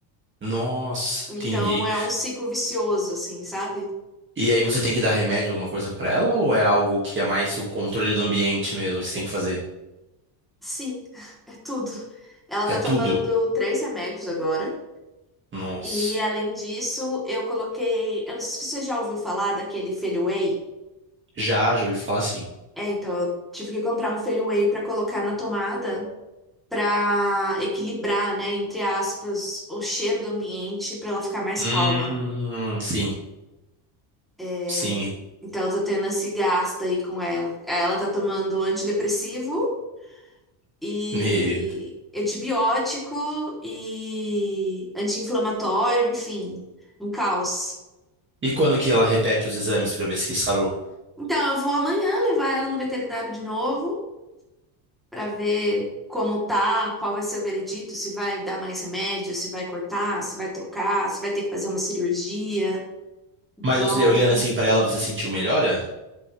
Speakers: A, on the right; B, in the centre.
A: Nossa,
B: Então
A: entendi.
B: é um ciclo vicioso, assim, sabe?
A: E aí você tem que dar remédio, alguma coisa pra ela, ou é algo que é mais o controle do ambiente mesmo que você tem que fazer?
B: Sim, <laughs> é tudo. Ela tá
A: É tudo?
B: tomando três remédios agora.
A: Nossa.
B: E além disso, eu coloquei. Eu não sei se você já ouviu falar daquele Feliway.
A: Já, já ouvi falar assim.
B: É, então eu tive que comprar um Feliway pra colocar na tomada. para equilibrar, né, entre aspas, o cheiro do ambiente para ela ficar mais
A: Hum,
B: calma.
A: sim,
B: É,
A: sim,
B: Então eu tô tendo esse gasto aí com ela. Aí Ela tá tomando antidepressivo e
A: <laughs> medo.
B: antibiótico e anti-inflamatório, enfim, um caos.
A: E quando que ela repete os exames pra ver se sarou?
B: Então eu vou amanhã levar ela no veterinário de novo para ver como tá, qual vai ser o veredito, se vai dar mais remédio, se vai cortar, se vai trocar, se vai ter que fazer uma cirurgia. Então
A: Mas os- olhando assim pra ela, você sentiu melhora?